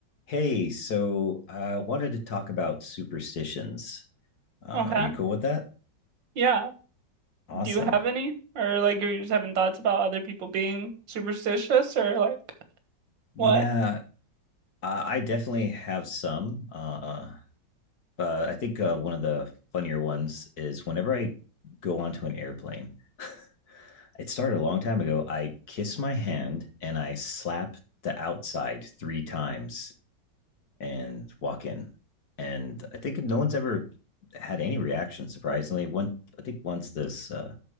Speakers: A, on the left; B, on the right.
A: Hey, so I uh, wanted to talk about superstitions. Uh,
B: Okay.
A: are you cool with that?
B: Yeah.
A: Awesome.
B: Do you have any? Or like are you just having thoughts about other people being superstitious or like
A: Yeah,
B: what?
A: uh, I definitely have some. Uh, uh, but I think uh, one of the funnier ones is whenever I go onto an airplane, <laughs> it started a long time ago. I kiss my hand and I slap the outside three times and walk in. And I think no one's ever had any reaction. Surprisingly, one I think once this uh,